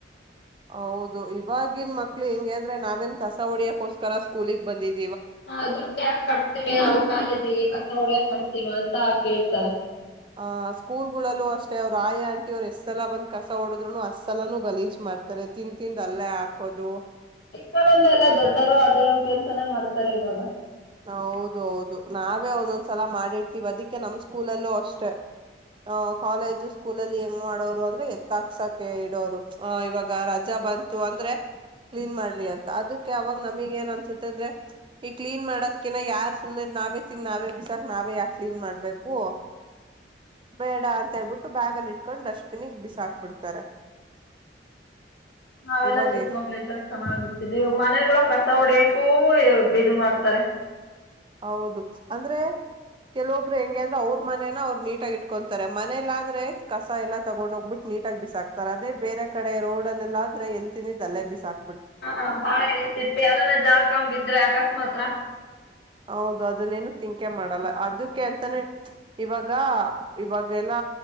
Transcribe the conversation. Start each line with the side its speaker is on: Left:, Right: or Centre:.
Right: ಹೌದು ಇವಗಿನ ಮಕ್ಕಳ ಹೆಂಗೆ ಅಂದ್ರೆ ನಾವ ಏನ ಕಸ ಹುಡಿಯೋಕ ಗೋಸ್ಕರ ಸ್ಕೂಲಿಗೆ ಬಂದಿದ್ದ
Left: ಹ ದುಡ್ಡ ಯಾಕ್ ಕಟತಿಣಿ ಅವ ಕಾಲೇಜ್ ಗೇ ಕಸ ಹಿಡಿಯಾಕಾ ಕಟ್ಟತಿನಾ ಅಂತ ಕೇಳ ಹ
Right: ಆ ಸ್ಕೂಲ್ಗಳಲ್ಲೂ ಅಷ್ಟೇ ಅವರ ಆಯಾ ಆಂಟಿ ಅವರ ಎಷ್ಟ್ ಸಲ ಬಂದ್ ಕಸ ಒಡುದ್ರೂನು ಅಷ್ಟ ಸಲಾನು ಗಲೀಜ್ ಮಾಡ್ತಾರೆ ತಿಂದ್ ತಿಂದ್ ಅಲ್ಲೇ ಹಾಕೋದು
Left: ಚಿಕ್ಕೌರಿಂದ ಎಲ್ಲಾ ದೊಡ್ಡವರು ಅದೇ ಕೆಲಸಾ ನೆ ಮಾಡ್ತಾರೆ ಇವಾಗ.
Right: ಹೌದು ಹೌದು ನಾವೇ ಒಂದೊಂದ್ ಸಲ ಮಾಡಿರ್ತೀವಿ ಅದಕ್ಕೆ ನಮ್ಮ ಸ್ಕೂಲಲ್ಲು ಅಷ್ಟೇ ಅ ಕಾಲೇಜು ಸ್ಕೂಲಲ್ಲಿ ಹೆಂಗ್ ಮಾಡೋರು ಅಂದ್ರೆ ಎತ್ತಾಕ್ಸಕ್ಕೆ ಇಡುವರು. ಆ ಇವಾಗ ರಜಾ ಬಂತು ಅಂದ್ರೆ ಕ್ಲೀನ್ ಮಾಡ್ರಿ ಅಂತ ಅದಕ್ಕೇ ಅವಾಗ ನಮಗ ಏನ್ ಅನ್ಸುತ್ತೆ ಅಂದ್ರೆ ಈ ಕ್ಲೀನ್ ಮಾಡಕ್ ಕೆನೆ ಯಾರ ಸುಮ್ಮನೆ ನಾವೇ ತಿಂದ ನಾವೇ ಬಿಸಾಕ್ ನಾವೇ ಯಾಕ್ ಕ್ಲೀನ್ ಮಾಡಬೇಕು. ಬೇಡ ಅಂತ ಹೇಳ್ಬಿಟ್ಟು ಬ್ಯಾಗಲಿಟ್ಕೊಂಡು ಡಸ್ಟ್ಬಿನ್ ಗೆ ಬಿಸಾಕ್ ಬಿಡ್ತಾರೆ.
Left: ನಾವೆಲ್ಲಾ
Right: ಇವಾಗ
Left: ಚಿಕ್
Right: ಎಷ್ಟ್
Left: ಮಕ್ಳಿದ್ದಾಗ ಚನ್ನಾಗಿ ಇರ್ತಿದ್ವಿ ಇವಾಗ ಮನೆಗಳೋ ಕ ಕಸ ಹೊಡಿಯಕೂ ಇದು ಮಾಡ್ತಾರೆ.
Right: ಹೌದು ಅಂದ್ರೆ ಕೆಲವೊಬ್ರು ಹೆಂಗೆ ಅಂದ್ರೆ ಅವ್ರ್ ಮನೆನ ಅವ್ರು ನೀಟಾಗಿ ಇಟ್ಕೋತಾರೆ, ಮನೆಲಾದ್ರೆ ಕಸ ಎಲ್ಲಾ ತಗೊಂಡ್ ಹೋಗ್ಬಿಟ್ಟು ನೀಟಾಗಿ ಬಿಸಾಕ್ತಾರೆ ಅದೇ ಬೇರೆ ಕಡೆ ರೋಡೆಲ್ಲೆಲ್ಲಾ ಆದ್ರೆ ಎಲ್ ತಿಂದಿದ್ದು ಅಲ್ಲೇ ಬಿಸಾಕ್ತಾರೆ.
Left: <unintelligible> ಯಾರನಾ ಜಾರ್ಕಂಡ್ ಬಿದ್ರೆ ಅಕಸ್ಮಾತ್ ಮಾತ್ರ
Right: ಹೌದು ಅದುನ್ನೇನು ತಿಂಕ್ ಏ ಮಾಡಲ್ಲ ಅದುಕ್ಕೆ ಅಂತನೇ ಚ್ ಇವಾಗ ಇವಾಗ ಇವಾಗೆಲ್ಲ